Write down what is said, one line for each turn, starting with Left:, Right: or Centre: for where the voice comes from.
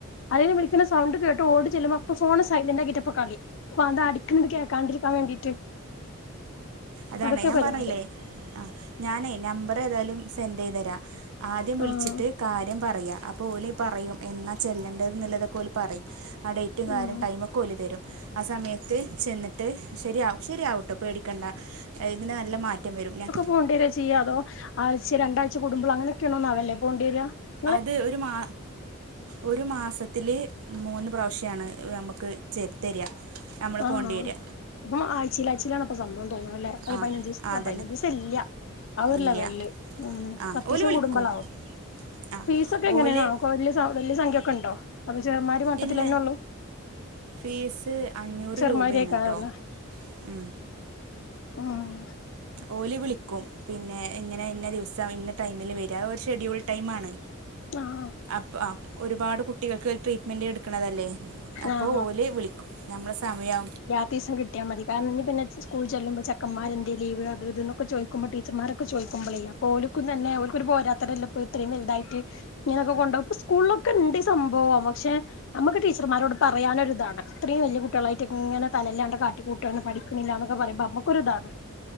Left: ആരെങ്കിലും വിളിക്ക്ണ സൗണ്ട് കേട്ട് ഓടി ചെല്ലുമ്പോ ഇപ്പോ ഫോണ് സൈലന്റ് ആക്കിയിട്ടാ ഇപ്പൊ കളി അപ്പൊ അത്‌ അടിക്ക്ണത് കേക്കാണ്ടിരിക്കാൻ വേണ്ടീട്ട്
Right: അതാണ്
Left: അതൊക്കെ
Right: ഞാൻ
Left: പരിപാടി
Right: പറഞ്ഞില്ലെ ആ ഞാനേയ് നമ്പർ ഏതായാലും സെന്റ് ചെയ്തെരാം ആദ്യം വിളിച്ചിട്ട്
Left: ആഹ്
Right: കാര്യം പറയാ അപ്പോ ഓല് പറയും എന്നാ ചെല്ലെണ്ടത് എന്നുള്ളത് ഓല്‌ പറയും ആ ഡേയ്റ്റും
Left: ഉം
Right: കാര്യം ടൈമൊക്കെ ഓല് തരും ആ സമയത്ത് ചെന്നിട്ട് ശരിയാവും ശരിയാവുട്ടോ പേടിക്കണ്ട ഇതിന് നല്ല മാറ്റം വരും ഞാൻ
Left: പോണ്ടീരാ ചെയ്യാ അതോ ആഴ്ച്ച രണ്ടാഴ്ച കൂടുമ്പോ അങ്ങനെയൊക്കെയാണോന്നാവല്ലേ പോവേണ്ടി വര
Right: അത് ഒരു മാ ഒരു മാസത്തില് മൂന്ന് പ്രാവശ്യാണ് നമ്മക്ക് ചേ തെരാ നമ്മൾ
Left: ആഹ്
Right: പോണ്ടി വെരാ
Left: അപ്പം ആഴ്ചയിൽ ആഴ്ചയിലാണ് അപ്പം സംഭവം തോന്ന്ണ് അല്ലേ അല്ല
Right: ആ
Left: പതിനഞ്ച് ദീസം
Right: ആ അതന്നെ
Left: പതിനഞ്ച് ദീസം ഇല്ല ആഹ് ഒര്
Right: ഇല്ല
Left: ലെവൽല് ഉം
Right: ആ
Left: പത്തീസം
Right: ഓല് വിളിക്കും
Left: കൂടുംബളാവും
Right: ആ
Left: ഫീസൊക്കെ എങ്ങനെന്നാവോ
Right: ഓല്
Left: വെല്ല്യ സംഖ്യ ഒക്കെ ഇണ്ടോ അതോ ചെറുമാരി മട്ടത്തിലെന്നെള്ളൂ
Right: ഇല്ല ഫീസ് അഞ്ഞൂറ്
Left: ചെറുമാരിയേക്കാരല്ലേ
Right: രൂപേണ് ട്ടോ ഉം
Left: ആഹ്
Right: ഓല് വിളിക്കും പിന്നെ ഇങ്ങനെ ഇന്ന ദിവസം ഇന്ന ടൈമില് വെരാ അത്‌ ഒരു ഷെഡ്യൂൾ ടൈമാണ്
Left: ആഹ്
Right: അപ്പൊ ആഹ് ഒരുപാട് കുട്ടികൾക്ക് ട്രീറ്റ്മെന്റ് ഇട്ക്ക്ണതല്ലേ അപ്പൊ
Left: ആഹ്
Right: ഓല് വിളിക്കും ഞമ്മളെ സമയാ
Left: ത്തീസം കിട്ട്യാമതി കാരണം ഇഞ്ഞി പിന്നെ ഇച്ച് സ്കൂള്ചെല്ലുമ്പോ ചെക്കമ്മാര് എന്തെയ് ലീവ് അത് ഇത് ന്നൊക്കെ ചോയ്ക്കുമ്പോ ടീച്ചർമാരൊക്കെ ചോയ്ക്കുമ്പോളെയ് അപ്പൊ ഓല് ക്കും തന്നെ ഓല്ക്കൊര് പോരാത്തരല്ലെ ഇപ്പൊ ഇത്രീം വെൽതായിട്ട് ഇങ്ങനൊക്കെ കൊണ്ടോവ ഇപ്പൊ സ്കൂൾലൊക്കെണ്ട് ഈ സംഭവം പക്ഷെ നമ്മക്ക് ടീ ടീച്ചർമ്മാരോട് പറയാനൊര് ഇതാണ് ഇത്രീം വെല്ല്യ കുട്ട്യേളായിട്ട് ഇങ്ങന തല ഇല്ലാണ്ടെ കാട്ടിക്കൂട്ടാണ് പഠിക്ക്ണില്ലാന്നൊക്കെ പറയുമ്പോ നമ്മക്കൊര് ഇതാണ്